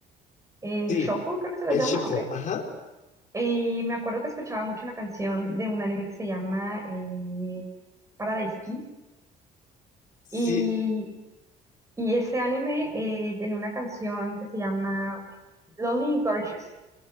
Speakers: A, on the right; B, on the left.
A: eh,
B: Sí,
A: shuffle creo que se la
B: el
A: llama,
B: Shuffle,
A: ¿ok?
B: ajá,
A: Y me acuerdo que escuchaba mucho una canción de un anime que se llama eh, Paradise Kiss.
B: sí,
A: Y, y ese anime eh, tenía una canción que se llama eh, Lonely and Gorgeous.